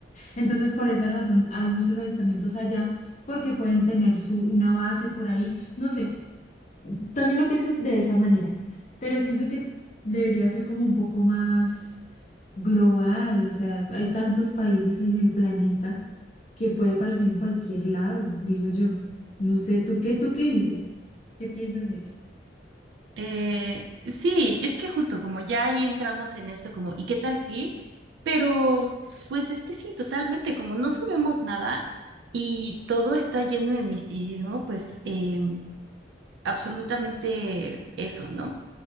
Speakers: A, on the left (about 40°); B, on the right (about 70°).
A: Entonces, por esa razón hay muchos avistamientos allá porque pueden tener su una base por ahí. No sé, también lo pienso de esa manera, pero siento que debería ser como un poco más global, o sea, hay tantos países en el planeta que puede aparecer en cualquier lado, digo yo. No sé, ¿tú qué, tú qué dices? ¿Qué piensas de eso?
B: Eh, sí, es que justo como ya ahí entramos en esto como, ¿y qué tal sí? Pero pues es que sí, totalmente, como no sabemos nada y todo está lleno de misticismo, pues eh, absolutamente eso, ¿no?